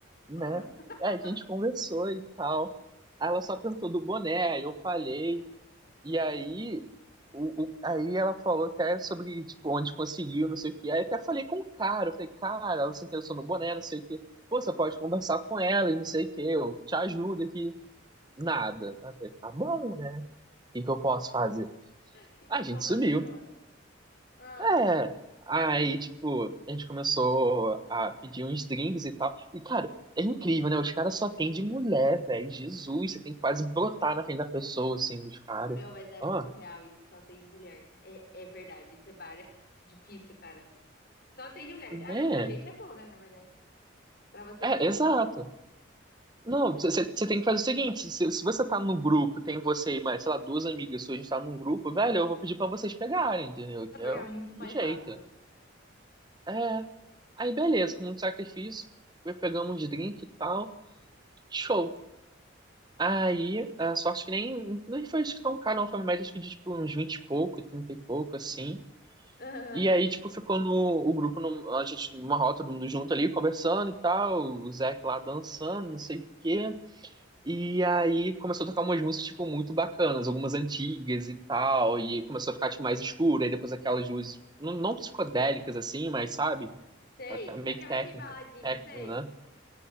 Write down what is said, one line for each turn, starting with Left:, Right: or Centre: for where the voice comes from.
Right: né?
Left: ah. <laughs>
Right: Aí a gente conversou e tal. Aí ela só perguntou do boné, aí eu falei. E aí, o, o- aí ela falou até sobre, tipo, onde conseguiu, não sei o quê. Aí até falei com o cara, eu falei, cara, ela se interessou no boné, não sei o quê. Pô, você pode conversar com ela e não sei o quê, eu te ajudo aqui. Nada. Aí eu falei, tá bom, né? O que que eu posso fazer?
Left: O que
Right: A
Left: que eu
Right: gente
Left: vou fazer
Right: sumiu.
Left: agora? Ah.
Right: É. Aí, tipo, a gente começou a pedir uns drinks e tal. E, cara, é incrível, né? Os caras só tem de mulher, velho. Jesus, você tem que quase brotar na frente da pessoa, assim, dos caras.
Left: Meu, mas é
Right: Ó,
Left: muito real isso, só tem de mulher. É, é verdade, esse bar é difícil, cara. Só tem de mulher. Ah,
Right: né?
Left: não, pra gente é bom, né, na verdade. Pra vocês
Right: É,
Left: que é difícil.
Right: exato. Não, você tem que fazer o seguinte: se, se você tá no grupo, tem você e mais, sei lá, duas amigas suas, a gente tá num grupo, velho, eu vou pedir pra vocês pegarem, entendeu?
Left: É
Right: Que
Left: pegar
Right: é o
Left: muito mais
Right: o jeito.
Left: rápido.
Right: É. Aí, beleza, com muito sacrifício, foi, pegamos uns drink e tal, show. Aí, a sorte que nem, nem foi isso que tão caro, não, foi uma média acho que de tipo uns 20 e pouco, 30 e pouco, assim.
Left: Aham.
Right: E aí, tipo, ficou no, o grupo, num- a gente numa rota, todo mundo junto ali, conversando e tal, o Zé lá dançando, não sei o quê. E aí começou a tocar umas músicas, tipo, muito bacanas, algumas antigas e tal, e começou a ficar, tipo, mais escuro, aí depois aquelas luzes, não, não psicodélicas assim, mas sabe?
Left: Sei.
Right: Aquela meio
Left: Aquela
Right: que técnico,
Left: de baladinha,
Right: técnico,
Left: sei.
Right: né?